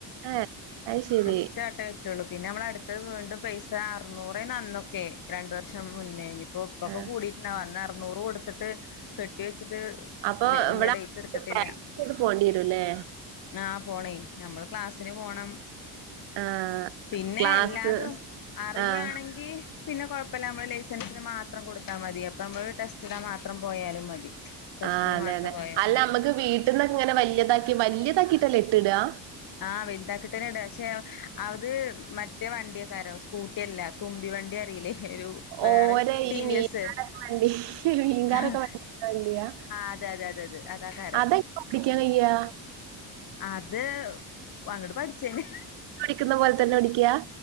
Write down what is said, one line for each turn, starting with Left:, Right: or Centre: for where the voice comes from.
Right: ഏഹ് അത് ശരി
Left: ഒറ്റവട്ടെ പറ്റുള്ളൂ പിന്നെ നമ്മള് അടുത്തത് വീണ്ടും പൈസ അറുന്നൂറേനു അന്നൊക്കെ രണ്ട് വർഷം മുന്നേ ഇഞ്ഞിപ്പോ ഇപ്പൊക്കെ
Right: ആഹ്
Left: കൂടിട്ടുണ്ടാവും അന്ന് അറുന്നൂറ് കൊടുത്തിട്ട് കെട്ടി വെച്ചിട്ട്
Right: അപ്പൊ
Left: ഇന്ന
Right: ഇവിടെ
Left: ഡേറ്റ് എടുത്തിട്ടില്ല
Right: <unintelligible> ചെയ്ത് പോണ്ടി വെരൂല്ലേ
Left: ആഹ് പോണേ ഞമ്മള് ക്ലാസ്സിന് പോണം
Right: ആഹ്
Left: പിന്നെ
Right: ക്ലാസ്
Left: എല്ലാതും അറിയാണെങ്കി
Right: ആഹ്
Left: പിന്നെ കൊഴപ്പല്ല നമ്മള് ലൈസൻസിന് മാത്രം കൊടുത്താ മതി അപ്പ നമ്മള് ടെസ്റ്റ് ഇടാൻ മാത്രം പോയാലും മതി ടെസ്റ്റിന്
Right: ആഹ് അതെ
Left: മാത്രം
Right: അതെ
Left: പോയാൽ
Right: അല്ല
Left: മതി
Right: അമ്മക്ക് വീട്ടിന്ന് ഇങ്ങനെ വല്യതാക്കി വല്യതാക്കീട്ടല്ലേ എട്ടിടാ
Left: ആഹ് വൽതാക്കീട്ടന്നെയാ ഇടാ ക്ഷെ അത് മറ്റേ വണ്ടിയാക്കാരം സ്കൂട്ടിയല്ലാ തുമ്പി വണ്ടി അറിയില്ലേ ഒരു വേറെ
Right: ഓരെ
Left: ടി
Right: ഈ മീൻ
Left: വി എസ്
Right: വണ്ടി മീൻകാരൊക്കെ
Left: ആഹ്
Right: <unintelligible> വണ്ടിയാ
Left: അതെ അതെ അതെ അത് അതാക്കാരം
Right: അതൊക് <unintelligible> ഓടിക്കാൻ കയ്യാ?
Left: അത് അങ്ങട് പഠിച്ചന്നെ
Right: ക്കുന്ന പോലെ തന്നെ പടിക്കാ